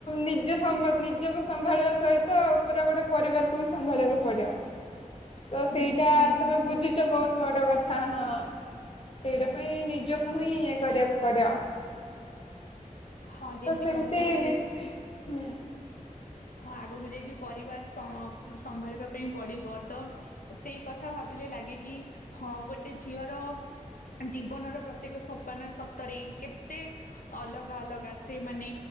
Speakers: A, on the left (about 45°); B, on the left (about 80°).
A: ନିଜ ସମ । ନିଜକୁ ସମ୍ଭାଳିବା ସହିତ ପୁରା ଗୋଟେ ପରିବାରକୁ ବି ସମ୍ଭାଳିବାକୁ ପଡିବ । ତ ସେଇଟା
B: ନିହାତି ନିହାତି
A: ତମେ ବୁଝିଛ ବହୁତ ବଡ କଥା । ହଁ ହଁ ସେଇଟା ପାଇଁ ନିଜକୁ ହିଁ ଇଏ କରିବାକୁ ପଡିବ ।
B: ହଁ ଯେମିତି
A: ତ ସେମିତିି
B: କହିଲେ କି
A: ହଁ ।
B: ହଁ ଆଗକୁ ଯାଇକି ପରିବାର ସମ୍ଭାଳିବା ପାଇଁ ପଡିବ ତ । ସେଇ କଥା ଭାବିଲେ ଲାଗିକି ହଁ ଗୋଟେ ଝିଅର । ଜୀବନର ପ୍ରତ୍ୟେକ ସୋପାନ । ରେ କେତେ ଅଲଗା ଅଲଗା ସେ ମାନେ